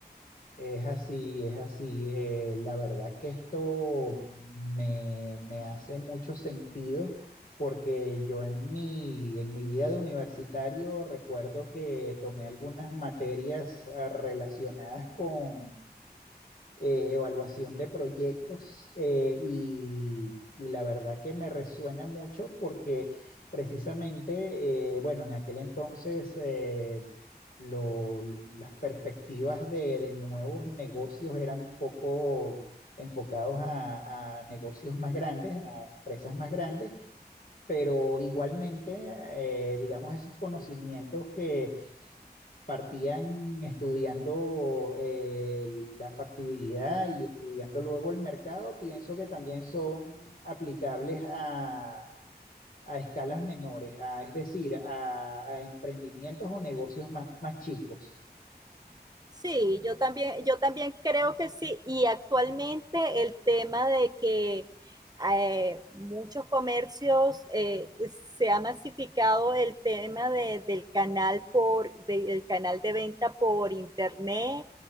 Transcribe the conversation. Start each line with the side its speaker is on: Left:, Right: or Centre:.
Left: Es así, es así. Eh, la verdad que esto me, me hace mucho sentido porque yo en mi, en mi vida de universitario recuerdo que tomé algunas materias ah, relacionadas con eh, evaluación de proyectos eh, y, y la verdad que me resuena mucho porque precisamente, eh, bueno, en aquel entonces... eh, lo- las perspectivas de, de nuevos negocios eran un poco enfocados a, a negocios más grandes, a empresas más grandes, pero igualmente, eh, digamos, esos conocimientos que partían estudiando eh, la factibilidad y estudiando luego el mercado, pienso que también son aplicables a... a escalas menores, a- es decir, a, a emprendimientos o negocios más, más chicos.
Right: Sí, yo también, yo también creo que sí. Y actualmente el tema de que eh, muchos comercios eh, se ha masificado el tema de- del canal por, del canal de venta por internet,